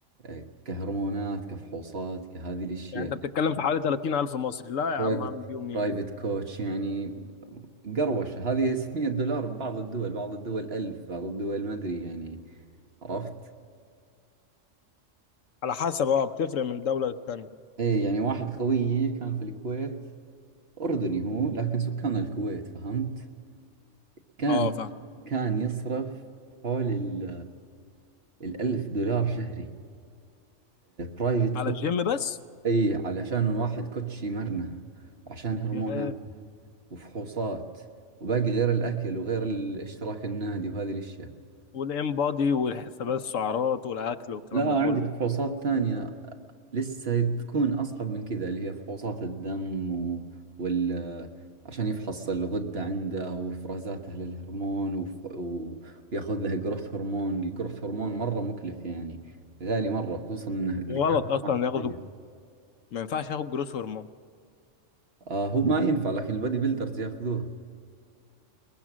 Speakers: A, on the right (about 55°); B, on the left (about 80°).
A: آه، كهرمونات كفحوصات كهذه الأشياء
B: يعني انت بتتكلم في حوالي 30000 مصري لا يا
A: برايفت
B: عم هعمل بيهم ايه
A: برايفت كوتش يعني قروشة هذه 600 دولار ببعض الدول بعض الدول 1000 بعض الدول ما أدري يعني عرفت
B: على حسب اه بتفرق من دوله للتانيه
A: إيه يعني واحد خويي كان في الكويت أردني هو لكن سكان الكويت فهمت كان
B: اه فاهم
A: كان يصرف حول ال الألف دولار شهري برايفت كوتش
B: على الجيم بس
A: أي علشان الواحد كوتش يمرنه وعشان هرمونات
B: ياه
A: وفحوصات وباقي غير الأكل وغير اشتراك النادي وهذه الأشياء
B: والام بادي والحسابات السعرات والاكل والكلام
A: لا
B: ده كله
A: عندك فحوصات ثانية لسه تكون أصعب من كذا اللي هي فحوصات الدم و... وال عشان يفحص الغدة عنده وإفرازاته للهرمون وف... و... وياخذ له جروث هرمون الجروث هرمون مرة مكلف يعني غالي مرة خصوصا إنه إذا
B: غلط
A: كان
B: اصلا
A: ما
B: ياخدوا
A: كويس
B: ما ينفعش ياخد جروس هرمون
A: آه هو ما ينفع لكن البادي بيلدرز ياخذوه